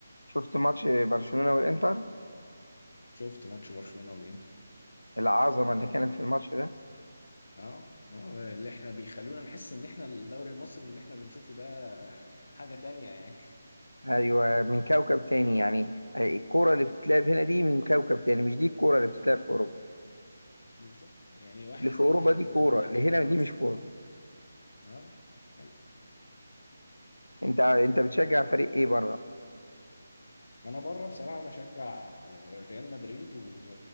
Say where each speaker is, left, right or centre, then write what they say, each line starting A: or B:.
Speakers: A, on the left; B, on the left.
A: شفت ماتش برشلونة والانتر
B: شفت ماتش برشلونة والانتر
A: العظمة
B: و...
A: اللي كانت في الماتش ده
B: اه آه، اللي احنا بيخلونا نحس ان احنا الدوري المصري اللي احنا بنشوفه ده <laughs> حاجة تانية يعني
A: ايوه من كوكب تاني يعني آه، الكوره اللي بتتلعب هنا دي من كوكب تاني مش دي الكوره اللي بتتلعب في اوروبا
B: بالظبط يعني واحد
A: اللي في
B: زي
A: اوروبا دي كوره
B: لامين يامال
A: اللي هنا
B: ده
A: دي
B: مثلا
A: مش كوره
B: اه ايوه
A: انت انت بتشجع فريق ايه بره
B: انا بره بصراحه بشجع آه، ريال مدريد و-